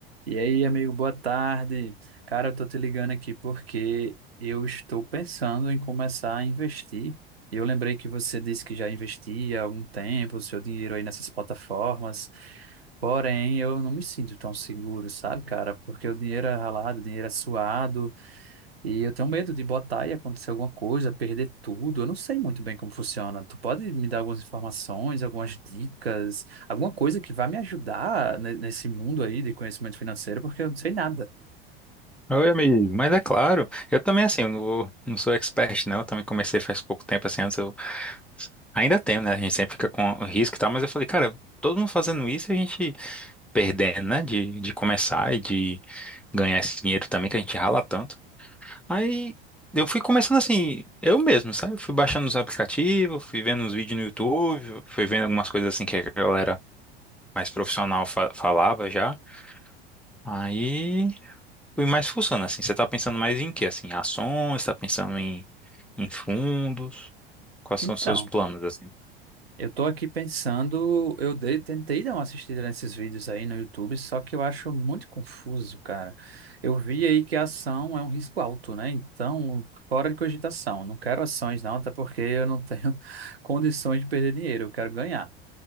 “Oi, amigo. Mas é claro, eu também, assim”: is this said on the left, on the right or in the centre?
Centre